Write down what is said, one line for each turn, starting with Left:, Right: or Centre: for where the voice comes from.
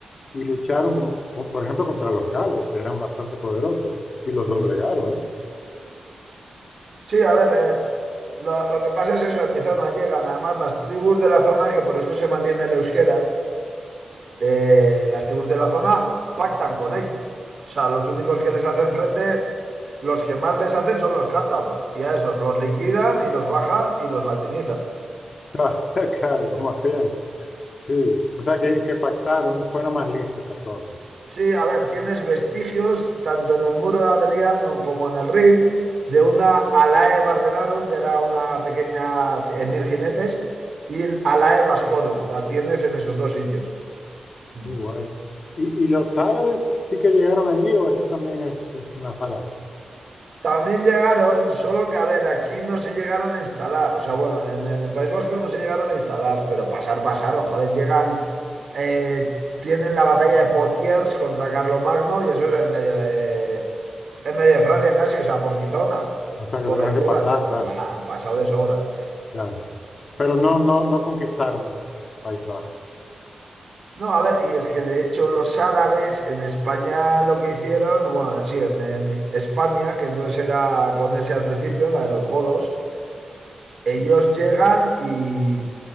Left: y lucharon, con- por por ejemplo, contra los galos, que eran bastante poderosos, y los
Right: <laughs>
Left: doblegaron, ¿eh?
Right: Sí, a ver, eh, lo, lo que pasa es eso, en mi zona llegan además las tribus de la zona, que por eso se mantiene el euskera, eh, las tribus de la zona pactan con ellos. O sea, los únicos que les hacen frente, los que más les hacen son los cántabros y a esos los liquidan y los bajan y los latinizan.
Left: <laughs> Ah, Claro, como hacían. Sí, o sea que, que pactaron, fueron más listos entonces.
Right: Sí, a ver, tienes vestigios tanto en el muro de Adriano como en el Rin de una Alae Bardelarum, que era una pequeña c- en mil jinetes, y el Alae Vascorum. Las tienes en esos dos sitios. Mm.
Left: Qué guay. ¿Y, y los árabes sí que llegaron allí o eso también es, es una falacia?
Right: También llegaron, solo que a ver, aquí no se llegaron a instalar. O sea, bueno, en, en el País Vasco no se llegaron a instalar, pero pasar, pasaron. Joder, llegan, eh, tienen la batalla de Potiers contra Carlomagno y eso es en medio de, en medio de Francia casi, o sea, por mi zona,
Left: O sea que
Right: por
Left: tuvieron
Right: la izquierda,
Left: que pasar,
Right: entonces,
Left: claro,
Right: pues, va, han pasado de sobra.
Left: claro. Pero no, no, no conquistaron el, el País Vasco.
Right: No, a ver, y es que de hecho los árabes en España lo que hicieron, bueno, sí, en, en España, que entonces era con ese al principio, la de los godos, ellos llegan y,